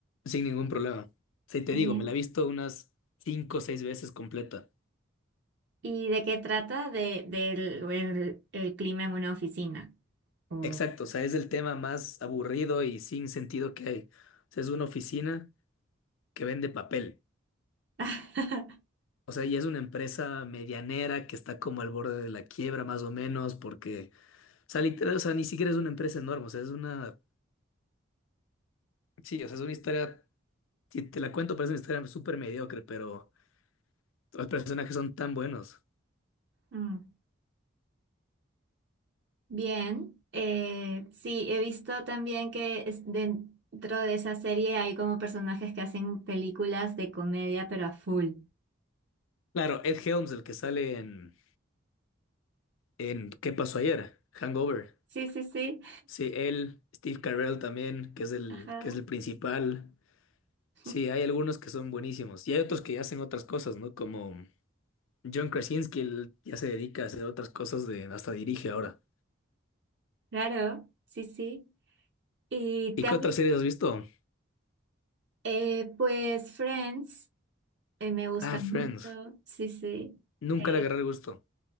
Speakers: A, on the left (about 85°); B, on the right (about 60°).
A: sin ningún problema. Sí, te
B: Genial.
A: digo, me la he visto unas cinco o seis veces completa.
B: ¿Y de qué trata? De, del el, el clima en una oficina. o-
A: Exacto, o sea, es el tema más aburrido y sin sentido que hay. O sea, es una oficina que vende papel.
B: <laughs>
A: O sea, y es una empresa medianera que está como al borde de la quiebra, más o menos, porque, o sea, literal, o sea, ni siquiera es una empresa enorme. O sea, es una. Sí, o sea, es una historia. Si te la cuento, parece una historia súper mediocre, pero los personajes son tan buenos.
B: Mm. Bien, eh, sí, he visto también que es- dentro de esa serie hay como personajes que hacen películas de comedia, pero a full.
A: Claro, Ed Helms, el que sale en, en ¿Qué pasó ayer? Hangover.
B: Sí, sí, sí.
A: Sí, él, Steve Carell también, que es el,
B: Ajá.
A: que es el principal.
B: <laughs>
A: Sí, hay algunos que son buenísimos. Y hay otros que hacen otras cosas, ¿no? Como John Krasinski, él ya se dedica a hacer otras cosas de, hasta dirige ahora.
B: Claro, sí, sí. ¿Y
A: ¿Y
B: te
A: qué
B: has
A: otras
B: visto?
A: series has visto?
B: Eh, pues Friends, eh, me gusta
A: Ah, Friends.
B: mucho, sí, sí.
A: Nunca
B: Eh,
A: le agarré el gusto.